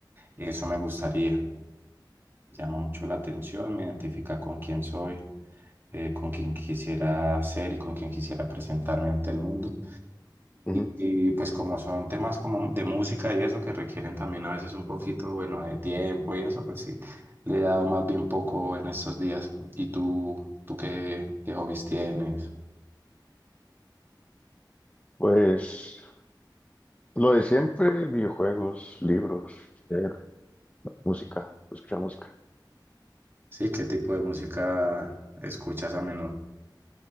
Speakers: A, on the right; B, on the left.
A: Y eso me gustaría, llama mucho la atención, me identifica con quién soy, eh, con quién quisiera ser y con quién quisiera presentarme ante el mundo.
B: ujú.
A: Y pues como son temas como de música y eso que requieren también a veces un poquito, bueno, de tiempo y eso, pues sí, le he dado más bien poco en estos días. ¿Y tú, tú qué, qué hobbies tienes?
B: Pues lo de siempre, videojuegos, libros, leer, música, escuchar música.
A: Sí, ¿qué tipo de música escuchas a menudo?